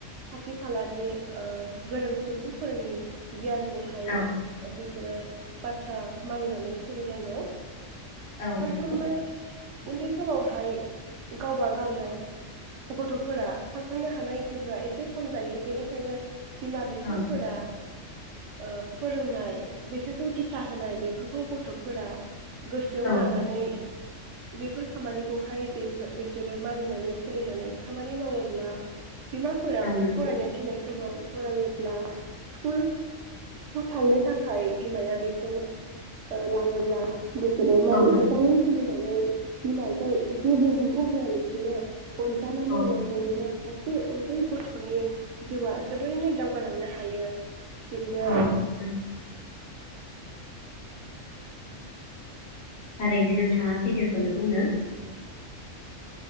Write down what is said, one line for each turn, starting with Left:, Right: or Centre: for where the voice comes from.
Right: खाथि खालानि ओ गोरों सुबुंफोरनि गियान खौ हाय
Left: औ
Right: सोरो बाथ्रा मानिनानै सोलिनांगौ
Left: औ
Right: सानफ्रोमबो
Left: नंगौ
Right: उन्दै समावहाय गावबा गावनो गथ'फोरा साखांनो हानाय गोहोआ एसे खम जायो बेनिखायनो बिमा बिफाफोरा
Left: औ
Right: ओ फोरोंनाय बेसोरखौ दिथा होनाय बेफोरखौ ग थ' फोरा गोसोआव
Left: औ
Right: लानानै बेफोर खामानिखौहाय बेफो बिसोरो मानिनानै सोलिनानै खामानि मावोब्ला बिमाफोरा
Left: औ नंगौ
Right: फरायनो थिननाय समाव फरायोब्ला स्कुल स्कुल थांनो थाखाय बिमाया बेखौ ओ लाङोब्ला बिसोरो मान
Left: औ नंगौ
Right: मोजाङै सोलिनाय <unintelligible> बिमाजों जेबो हेंथा होआलासिनो अनजानानै
Left: औ
Right: लांजायोब्ला सासे उन्दै गथ'नि जिउआ जोबोरैनो दावगालांनो हायो बिदिनो
Left: औ नंगौ थारैनो नोंथाङा सैथोखौनो बुंदों।